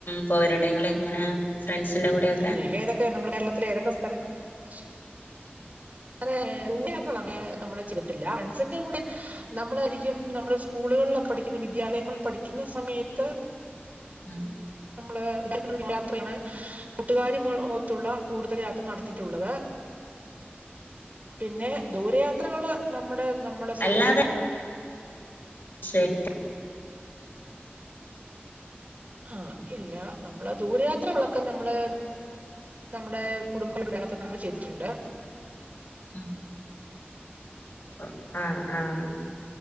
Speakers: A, on the left; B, on the right.
A: പോരുണ്ടോ ങ്ങള് ഇങ്ങനെ ഫ്രണ്ട്സിന്റെ കൂടെ ഒക്കെ
B: പിന്നെ ഏതൊക്കെ നമ്മുടെ കേരളത്തിലെ ഏതൊക്കെ <unintelligible> അങ്ങനെ നമ്മള് ചെയ്തിട്ടില്ല ഫ്രണ്ട്സിന്റെ കൂടെ നമ്മളായിരിക്കും നമ്മള് സ്കൂളുകളിൽ പഠിക്കുന്ന വിദ്യാലയങ്ങളിൽ പഠിക്കുന്ന സമയത്ത്
A: <inaudible>
B: <inaudible> കൂട്ടുകാരുമൊത്തുള്ള കൂടുതൽ യാത്ര നടത്തിയിട്ടുള്ളത് പിന്നെ ദൂരെയാത്രകള് നമ്മുടെ നമ്മ
A: അല്ലാതെ
B: <unintelligible>
A: <inaudible>
B: ആഹ് ഇല്ല നമ്മള് ദൂരയാത്രകളൊക്കെ നമ്മള് നമ്മുടെ കുടുംബ <inaudible> <unintelligible> നമ്മള് ചെയ്തിട്ടുണ്ട്
A: <inaudible> ആഹ ആഹ